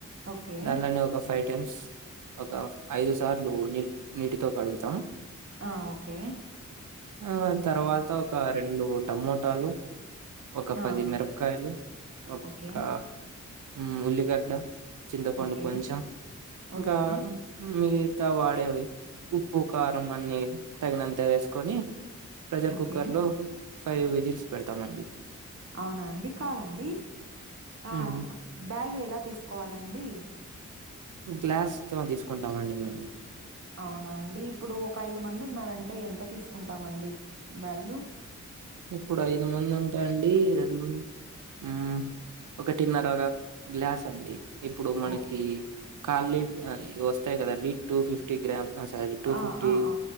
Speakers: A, on the right; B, on the right.
A: ఓకే
B: దానిలోనే ఒక ఫైట్ ఒక ఐదు సార్లు నీ నీటితో కడుగుతాము
A: ఆ ఓకే
B: ఆ తర్వాత ఒక రెండు టమోటాలు ఒక పది
A: ఆ
B: మిరపకాయలు ఒక
A: ఓకే
B: హమ్ ఉల్లిగడ్డ చింతపండు
A: ఓకే
B: కొంచెం ఇంకా
A: ఓకే
B: మిగతా వాడేవి ఉప్పు కారం అన్ని తగినంత వేసుకొని ప్రెషర్
A: ఓకే
B: కుక్కర్ లో ఫైవ్ వెజిల్స్ పెడతామండి
A: అవునా అండి కాదండి ఆ
B: ఉమ్,
A: బ్యల్ ఎలా తీసుకోవాలండి
B: గ్లాస్ తో తీసుకుంటామ అండి మేము
A: అవునా అండి ఇప్పుడు ఒక ఐదు మంది ఉన్నారంటే ఎంత తీసుకుంటామండి. బ్యాళ్ళు
B: ఇప్పుడు ఐదు మంది. అండి రెండు ఆ ఒకటిన్నరగా గ్లాస్ అండి. ఇప్పుడు మనకి
A: ఓ
B: కాలనీ వస్తాయి కదండి టూ ఫిఫ్టీ గ్రామ్. ఆ సరీ టూ
A: ఆ
B: ఫిఫ్టీ
A: ఆ ఆ